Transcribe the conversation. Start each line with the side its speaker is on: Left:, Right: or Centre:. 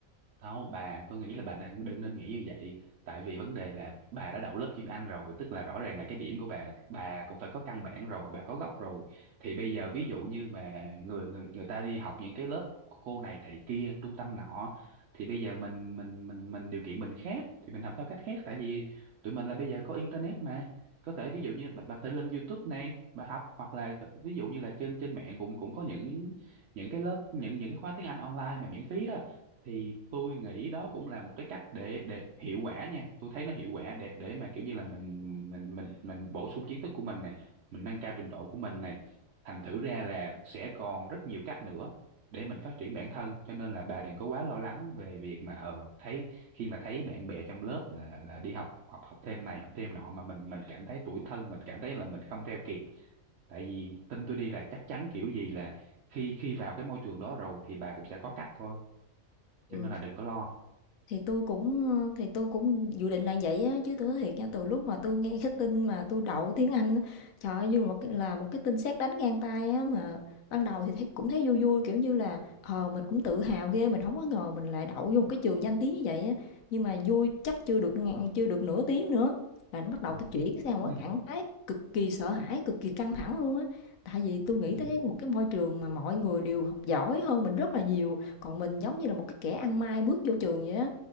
Right: Không, bà, tôi nghĩ là bà đừng, đừng nên nghĩ như vậy. Tại vì vấn đề là bà đã đậu lớp chuyên Anh rồi, tức là rõ ràng là cái điểm của bà, bà cũng phải có căn bản rồi, bà có gốc rồi. Thì bây giờ ví dụ như mà người người người ta đi học những cái lớp cô này thầy kia, trung tâm nọ, thì bây giờ mình mình mình mình điều kiện mình khác, thì mình học theo cách khác. Tại vì tụi mình là bây giờ có internet mà, có thể ví dụ như bà, bà có thể lên YouTube này, bà học hoặc là ví dụ như là trên trên mạng cũng cũng có những những cái lớp những những cái khóa tiếng Anh online mà miễn phí đó thì tôi nghĩ đó cũng là một cái cách để để hiệu quả nha tôi thấy nó hiệu quả để để mà kiểu như là mình mình mình mình bổ sung kiến thức của mình này mình nâng cao trình độ của mình này thành thử ra là sẽ còn rất nhiều cách nữa để mình phát triển bản thân cho nên là bà đừng có quá lo lắng về việc mà ờ thấy khi mà thấy bạn bè trong lớp là là đi học học học thêm này học thêm nọ mà mình mình cảm thấy tủi thân mình cảm thấy là mình không theo kịp tại vì tin tôi đi là chắc chắn kiểu gì là khi khi vào cái môi trường đó rồi thì bà cũng sẽ có cách thôi
Left: Ừ.
Right: cho nên là đừng có lo
Left: Thì tôi cũng, ờ, thì tôi cũng dự định là vậy á, chứ tôi nói thiệt nha, từ lúc mà tôi nghe <laughs> cái tin mà tôi đậu tiếng Anh á, trời ơi, như một cái là một cái tin sét đánh ngang tai á, mà ban đầu thì thấy cũng thấy vui vui, kiểu như là, ờ, mình cũng tự hào ghê, mình không có ngờ mình lại đậu vô một cái trường danh tiếng như vậy á, nhưng mà vui chắc chưa được ngàn chưa được nửa tiếng nữa là nó bắt đầu
Right: Ừ.
Left: tôi chuyển sang một
Right: Ừ.
Left: cái trạng thái cực kỳ sợ hãi, cực kỳ căng thẳng luôn á. Tại vì tôi nghĩ
Right: Ừ.
Left: tới cái một cái môi trường mà mọi người đều học giỏi hơn mình rất là nhiều, còn mình giống như là một cái kẻ ăn may bước vô trường vậy á.